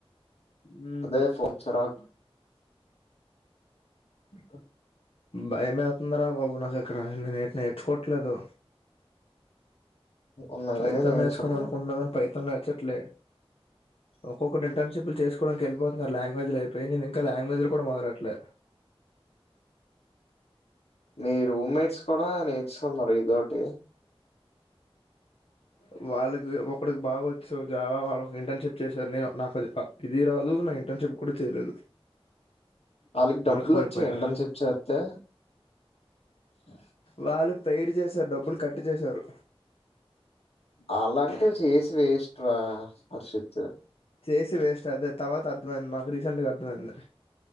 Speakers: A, on the left; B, on the left.
A: ఉమ్
B: అదే ఫోన్ చిరాకు అ
A: భయమే అవుతుందారా బాబు నాకు ఇక్కడ నేను ఏటి నేర్చుకోవట్లేదు
B: ఉన్నాయి
A: పైథాన్
B: అని నేను
A: నేర్చుకోందని
B: చెప్పలే.
A: అనుకుంటున్నా కాని పైథాన్ నేర్చు చ్చట్లే ఒక్కొక్కటి ఇంటర్న్షిప్ చేసుకోవడానికి వెళ్ళిపో నా లాంగ్వేజ్ లో అయిపోయి నేను ఇంకా లాంగ్వేజ్లు కూడా మొదలట్లే
B: మీ రూమ్మేట్స్ కూడా నేర్చున్నారు ఇదోటి
A: అ వాళ్ళకి ఒకడికి బాగొచ్చు జవా వాళ్ళ ఇంటర్న్షిప్ చేశారు నేను నాకు ఇది ఇది రాదు నా ఇంటర్న్షిప్ కూడా చేయలేదు
B: వాళ్ళకి డబ్బులు
A: వెనకబడిపోయా
B: వచ్చాయి ఇంటర్న్షిప్ చేస్తే అ
A: వాళ్ళు పెయిరు చేసారు డబ్బులు కట్టి చేసారు
B: అలాంటివి చేసి వేస్ట్ రా హర్షిత్
A: చేసి వేస్ట్ అదే తర్వాత అర్థమైంది మాకు రీసెంట్గా అర్థమైంది